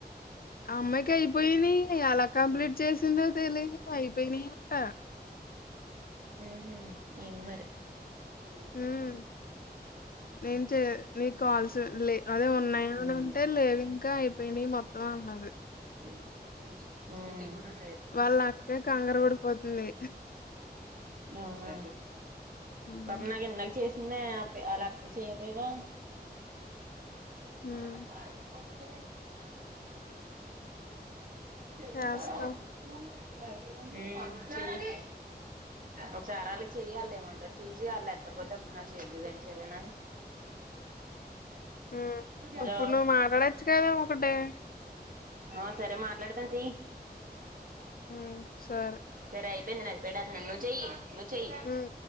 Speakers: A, on the left (about 60°); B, on the right (about 55°).
A: అమ్మాయికి అయిపోయినాయి ఎలా కంప్లీట్ చేసిందో తెలియ అయిపోయినాయి అంట
B: ఉహు ఏంది మరే ఉమ్
A: హ్మ్. నేను చే నీ కాల్స్ లే అదే ఉన్నాయా
B: మ్మ్
A: అని అంటే లేవు ఇంకా అయిపోయినాయి మొత్తం అన్నది
B: ఉమ్
A: వాళ్ళ అక్కే కంగర పడిపోతుంది
B: అవునా
A: హ్మ్
B: పాపం నాకు ఇందాకే చేసిందే అపి అల్ల అక్కకు చేయకపోయవా
A: హ్మ్
B: ఏ <inaudible> హుమ్ కొచ్చ
A: చేస్తా
B: <unintelligible> ఎం కాదు హు చెయ్ ఒకసారి వాళ్ళకి చెయ్యి ఆల్లెమంటారో చూసియాల్లెత్తపోతే అప్పుడు నాకు చేదుగని సారెనా
A: హ్మ్
B: హలో
A: ఇప్పుడు నువ్వు మాట్లాడొచ్చు కదా ఒకటి
B: ఆ సరే మాట్లాడతాం చెయ్యి
A: హు సరే
B: సరే అయిపోయింది నాది పెట్టేస్తున్న నువ్వు చెయ్ నువ్ చెయ్
A: హ్మ్